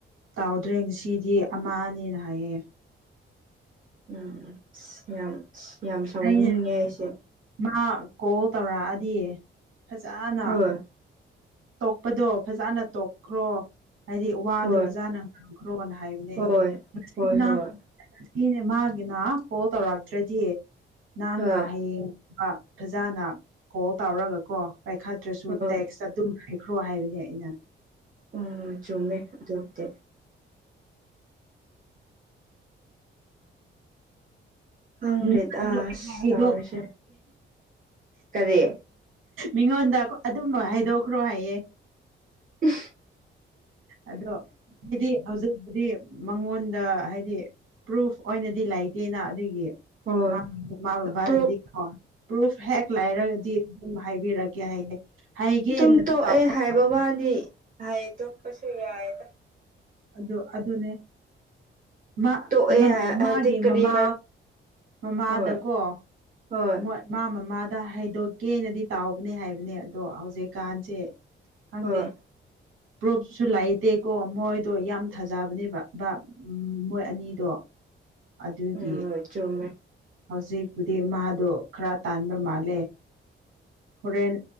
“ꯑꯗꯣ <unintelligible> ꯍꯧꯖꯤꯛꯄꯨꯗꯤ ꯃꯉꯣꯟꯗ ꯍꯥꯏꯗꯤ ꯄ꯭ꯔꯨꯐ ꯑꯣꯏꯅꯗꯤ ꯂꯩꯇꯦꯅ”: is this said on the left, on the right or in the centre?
Right